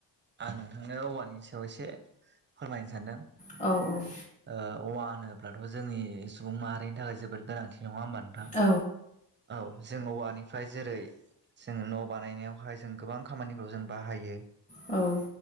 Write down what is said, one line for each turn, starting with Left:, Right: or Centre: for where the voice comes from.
Right: आं नोंथांनो औवानि सायाव एसे फोरमायनो सानदों।
Left: औ औ
Right: ओ औवा होनोब्लाथ' जोंनि सुबुं माहारिनि थाखाय जोबोद गोनांथि नङा होमबा नोंथां?
Left: औ
Right: औ जों औवानिफ्राय जेरै जोङो न' बानायनायावहाय जों गोबां खामानिफ्राव जों बाहायो।
Left: औ